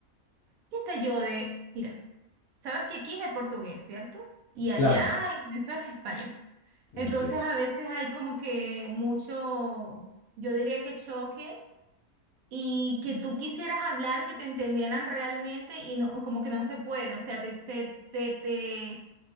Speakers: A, on the right; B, on the left.
A: qué sé yo, de, mira. Sabes que aquí es el portugués, ¿cierto? Y allá
B: Claro,
A: en Venezuela es español. Entonces
B: así es.
A: a veces hay como que mucho, yo diría que choque y que tú quisieras hablar, que te entendieran realmente y no, como que no se puede, o sea, te, te, te, te-